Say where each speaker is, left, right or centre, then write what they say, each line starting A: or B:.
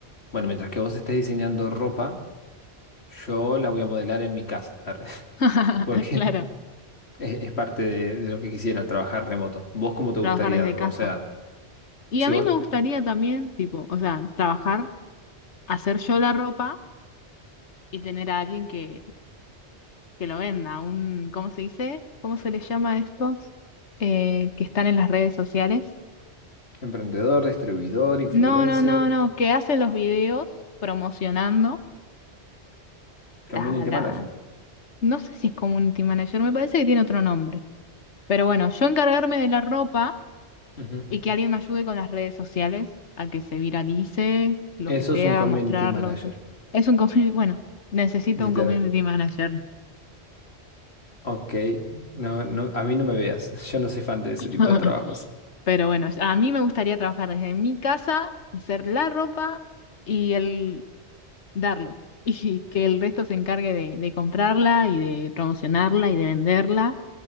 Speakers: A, on the left; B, on the left.
A: bueno, mientras que vos estés diseñando ropa, yo la voy a modelar en mi casa, arre,
B: <laughs>
A: <laughs> porque
B: Claro.
A: es, es parte de, de lo que quisiera, trabajar remoto. ¿Vos cómo te
B: Trabajar
A: gustaría?
B: desde
A: O
B: casa.
A: sea,
B: Y
A: si
B: a mí
A: vos,
B: me gustaría también, tipo, o sea, trabajar, hacer yo la ropa y tener a alguien que, que lo venda. Un, ¿cómo se dice? ¿Cómo se les llama a estos eh, que están en las redes sociales?
A: emprendedor, distribuidor, influencer,
B: No, no, no, no. Que hacen los videos promocionando la,
A: community
B: la...
A: manager.
B: No sé si es community manager, me parece que tiene otro nombre Pero bueno, yo encargarme de la ropa
A: Ujú.
B: y que alguien me ayude con las redes sociales a que se viralice, lo
A: Eso
B: que sea,
A: es un community
B: mostrarlo,
A: manager,
B: todo. Es un community, <laughs> bueno, necesito
A: literal.
B: un community manager.
A: Ok, no, no, a mí no me veas, <laughs> yo no soy fan de ese
B: <laughs>
A: tipo de trabajos.
B: Pero bueno, a mí me gustaría trabajar desde mi casa, hacer la ropa y el darlo. <laughs> Y que el resto se encargue de, de comprarla y de promocionarla y de venderla